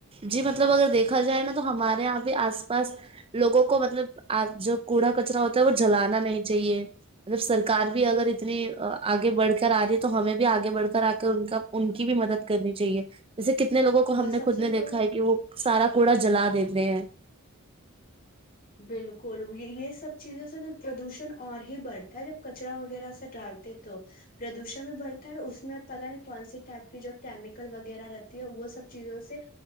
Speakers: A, on the right; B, on the left.
A: جی مطلب اگر دیکھا جائے نا تو ہمارا <unintelligible> یہ پہ آس پاس لوگوں کو مطلبپ جو <unintelligible> کوڑا کچرا ہوتا ہے وہ جلانا نہیں چاہیے <unintelligible> مطلب سکار بھی اگر <unintelligible> اتنی آگے بڑھ کر آ رہی <unintelligible> تو ہمیں بھی آگے بڑھ کر آ کر ان کا ان کی بھی مدد کرنی چاہیے <unintelligible> جیس کتنے لووں کو
B: وہ
A: ہم نے
B: سب
A: خود
B: سے
A: نے
B: تو
A: دیکا <unintelligible> کہ وہ سارا کوڑا جلا دیتے ہیں <unintelligible>
B: بالکل یہ سب چیزوں سے تو پردوشن اور ہی بڑھتا ہے جب کچرا وغیرہ سے ڈالتے تو پردوشن بھی بڑھتا ہے اور اس میں پتاہ نہیں کون سی ٹائپ کی جو کیمیکل وغیرہ رہتی ہے وہ سب چیزوں سے